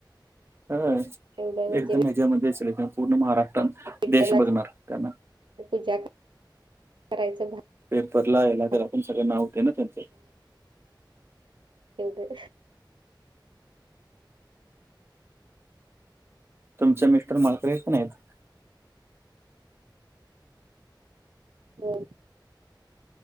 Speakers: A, on the right; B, on the right.
A: ह
B: एवढं म्हणजे
A: एकदम हज्यामध्ये असल पूर्ण महाराष्ट्रात
B: विठ्ठलाची
A: देश बघणार त्यांना.
B: पूजा. करायचं
A: पेपरला याला
B: भाग्य
A: तर आपण सगळं नावते ना त्यांचं.
B: एवेय.
A: तुमचे मिस्टर माळकरी येत का नाही त
B: हो.